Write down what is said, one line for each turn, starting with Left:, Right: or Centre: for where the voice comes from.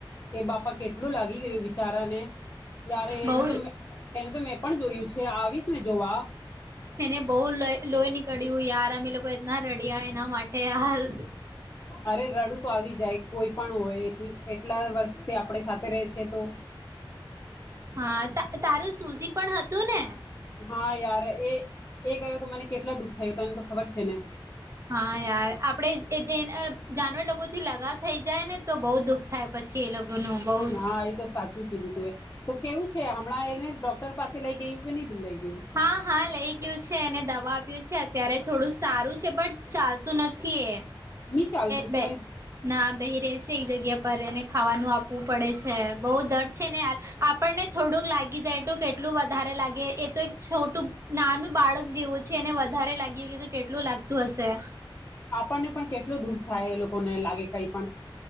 Left: એ બાપા કેટલું લાગી ગયું વિિચારાને યાર એને
Right: બહુ
Left: તો એને તો મેં પણ જોયું છે આવીશ મેં જોવા
Right: એને બહુ લોહી નીકળ્યું યાર અમે એ લોકો એટના રડ્યા એના માટે યાર
Left: અરે રડું તો આવી જાય કોઈ પણ હોય એટલા વર્ષથી આપણે સાથે ર છે તો
Right: હા તારું સૂઝ પણ હતું ને
Left: હા યાર એ એ ગયો તો મને કેટલા દુઃખ થાયું તને તો ખબર છે ને
Right: હા યાર આપડે જે જાનવર લોકો થી લગાવ થઈ જાય ને તો બહુ દુઃખ થાય પછી એ લોકોનું બહ જ
Left: હા એ તો સાચું કીધું તું એ તો કેવું છે હમણાં એને ડોક્ટર પાસે લઈ ગયું કે નહી દિઈ
Right: હા હા લઈ ગયું છે અને દવા આપ્યું છે અત્યારે થોડું સારું છે પણ ચાલ તો નથી એ
Left: નહી ચાલતું
Right: બે
Left: છે
Right: ના બહી ર છે એક જગ્યા પર એને ખાવાનું આપવું પડે છે બહ દર છે ને યાર આપણને થોડું લાગી જાય તો કેટલું વધારે લાગે એ તો છોટું નાનું બાળક જેવું છે એને વધારે લાગ્યું કે તો કેટલું લાગતું હશે
Left: આપણને પણ કેટલ દુઃખ થાય એ લોકોને લાગે કઈ પણ